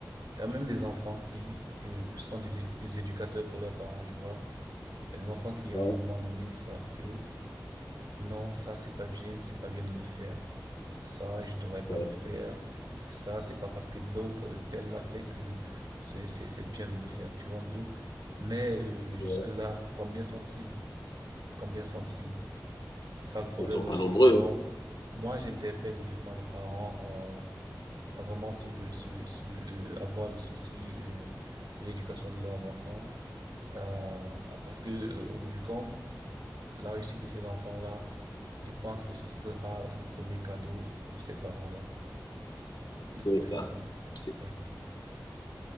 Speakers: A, on the right; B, on the left.
A: Il y a même des enfants qui euh, sont des, é- des éducateurs pour leurs parents, tu vois. Il y a des enfants qui,
B: sûr.
A: à un moment donné, ils savent que non, ça c'est pas bien, c'est pas bien de le faire. Ça, je devrais
B: Ouais,
A: pas le faire. Ça, c'est pas parce que l'autre euh, tel l'a fait que c'est c'est c'est bien de le faire, tu vois un peu. Mais euh, jusque-là,
B: ouais.
A: combien sont-ils? Combien sont-ils? C'est ça le problème
B: sont
A: aussi.
B: pas nombreux,
A: Donc, moi, j'interpelle vivement les parents euh, à vraiment se se se euh, avoir le souci euh, de l'éducation de leurs enfants, euh, parce que euh, au bout du compte. La réussite de ces enfants-là, je pense que ce sera le premier cadeau pour ces parents-là, de toutes
B: c'est
A: les façons.
B: ça. C'est-
A: Ouais.